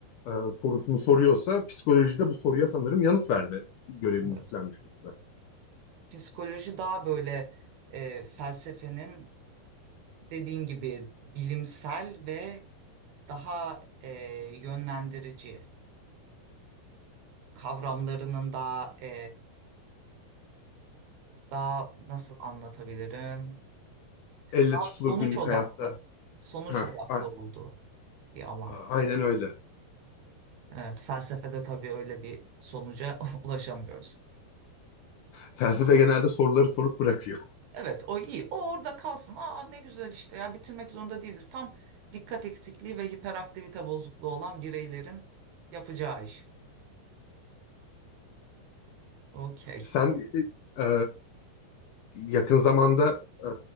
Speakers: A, on the left (about 65°); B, on the right (about 65°).
A: e, sorusunu soruyorsa psikolojide bu soruya sanırım yanıt verme görevini
B: evet.
A: üstlenmiş durumda.
B: Psikoloji daha böyle e, felsefenin dediğin gibi bilimsel ve daha e, yönlendirici kavramlarının daha e, daha nasıl anlatabilirim?
A: Elle
B: Daha
A: tutulur
B: sonuç
A: günlük
B: odaklı,
A: hayatta
B: sonuç
A: Heh,
B: odaklı
A: a-
B: olduğu. bir alan.
A: a- aynen öyle.
B: Evet, felsefede tabii öyle bir sonuca <laughs> ulaşamıyoruz.
A: Felsefe genelde soruları sorup bırakıyor.
B: Evet, o iyi. O orada kalsın. Aa ne güzel işte ya bitirmek zorunda değiliz. Tam dikkat eksikliği ve hiperaktivite bozukluğu olan bireylerin yapacağı iş. Okey.
A: Sen e, e, yakın zamanda e,